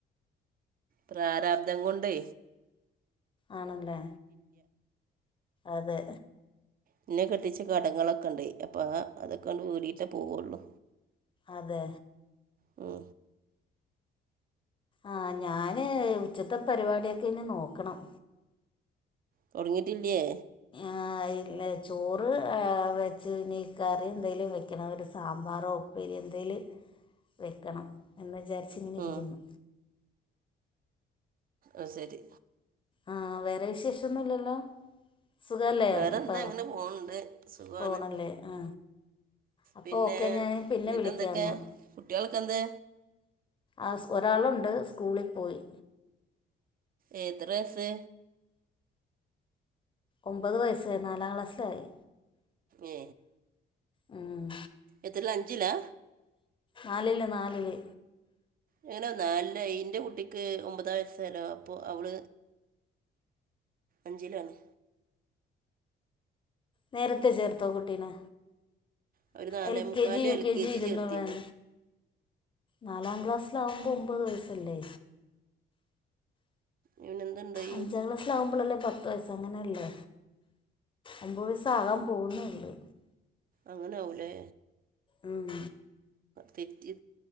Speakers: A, on the right (about 45°); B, on the left (about 25°).
A: പ്രാരാബ്ദം കൊണ്ടെ
B: ആണല്ലേ അതെ
A: നിന്നെ കെട്ടിച്ച് കടങ്ങളൊക്കൊണ്ട് അപ്പ അതൊക്കണ്ട് വീടിട്ടേ പോവൊള്ളു
B: അതെ
A: മ്
B: ആ ഞാന് ഉച്ചത്തെപരിപാടിയൊക്കെഞ് നോക്കണം
A: തുടങ്ങിട്ടില്ലിയേ?
B: ആഹ് ആയി ചോറ് എ വെച്ച് ഇനി കറിന്തെങ്കിലും വെക്കണം ഒരു സാമ്പാറൊ ഉപ്പേരി എന്തേങ്കിലും വെക്കണം ന്ന് വിചാരിച്ച്ങ്ങനെരിക്കുന്നു
A: ഉം. അ ശരി
B: ആഹ് വേറെ വിശേഷൊന്നും ഇല്ലല്ലോ? സുഖല്ലേ
A: വേറെ
B: ഇപ്പ
A: എന്താ അങ്ങനെ പോകുന്നുണ്ട് സുഖമാണ്
B: പോണല്ലേ ആ അപ്പൊ
A: പിന്നെ
B: ഒക്കെ ഞാൻ പിന്നെവിളിക്ക്യാന്ന
A: എന്നിട്ട് എന്തൊക്കെ കുട്ടികൾക്ക് എന്താ
B: ആസ് ഒരാളുണ്ട് സ്കൂളി പോയി
A: എത്ര വയസ്സ്
B: ഒമ്പത് വയസ്സ് നാലാം ക്ലാസ്സിലായി
A: ഏ
B: ഉം
A: എത്രില്ല അഞ്ചിലാ?
B: നാലില് നാലില്.
A: എങ്ങനെ നാലിലായെ ഇന്റെ കുട്ടിക്ക് ഒമ്പത് വയസായാലോ അപ്പൊ അവൾ അഞ്ചിലാണ്.
B: നേരത്തെ ചേർത്തോകുട്ടീനെ?
A: അവർ നാലേ
B: എൽ
A: മുക്കാല്
B: കെ ജി, യു
A: എൽ
B: കെ ജി ഇരുന്നുവേൻ
A: ചേർത്തിരുന്നു
B: നാലാം ക്ലാസ്സിലാവുമ്പോ ഒമ്പത് വയസ്സല്ലേ?
A: ഇവനെന്തുണ്ടായി
B: അഞ്ചാം ക്ലാസ്സിലാവുമ്പൊളല്ലേ പത്തുവയസ്സ്ങ്ങനെയല്ലേ ഒമ്പത് വയസ്സാകാൻ പോകുന്നള്ളെ.
A: അങ്ങനെ ആവും ലെ?
B: ഉം
A: തെറ്റി